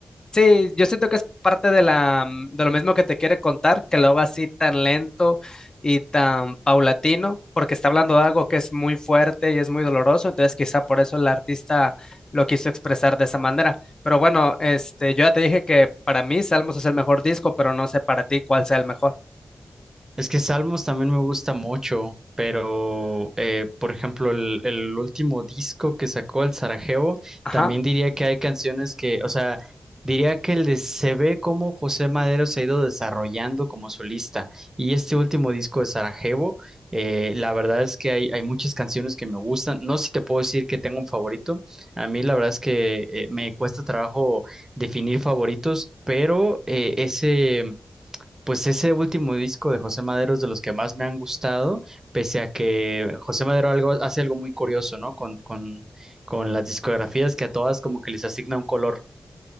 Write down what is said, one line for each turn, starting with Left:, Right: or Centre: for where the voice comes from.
Left: Sí, yo siento que es parte de la, mm, de lo mismo que te quiere contar, que lo haga así tan lento y tan paulatino, porque está hablando de algo que es muy fuerte y es muy doloroso, entonces quizá por eso el artista lo quiso expresar de esa manera. Pero bueno, este, yo ya te dije que para mí Salmos es el mejor disco, pero no sé para ti cuál sea el mejor.
Right: Es que Salmos también me gusta mucho, pero eh, por ejemplo, el, el último disco que sacó el Sarajevo,
Left: Ajá.
Right: también diría que hay canciones que, o sea, diría que el de, se ve cómo José Madero se ha ido desarrollando como solista. Y este último disco de Sarajevo, eh, la verdad es que hay, hay muchas canciones que me gustan. No sé si te puedo decir que tengo un favorito. A mí la verdad es que eh, me cuesta trabajo definir favoritos, pero eh, ese. Pues ese último disco de José Madero es de los que más me han gustado, pese a que José Madero algo, hace algo muy curioso, ¿no? Con, con, con las discografías que a todas como que les asigna un color.